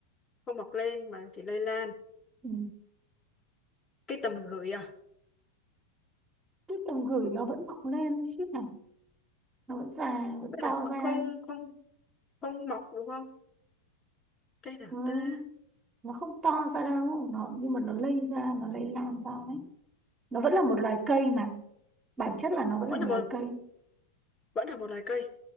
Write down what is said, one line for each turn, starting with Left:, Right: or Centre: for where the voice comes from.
Left: không mọc lên mà chỉ lây lan.
Right: ừ.
Left: Cây tầm gửi à?
Right: Cái tầm gửi nó vẫn mọc lên chứ hả? Nó vẫn dài, nó vẫn
Left: Tức
Right: to
Left: là
Right: ra.
Left: không không không mọc đúng không? Cây nào
Right: Ừ.
Left: ta?
Right: Nó không to ra đâu, nó nhưng mà nó lây ra, nó lây lan ra ấy. Nó vẫn là một loài cây mà. Bản chất là nó vẫn
Left: Vẫn
Right: là một
Left: là một
Right: loài cây.
Left: vẫn là một loài cây.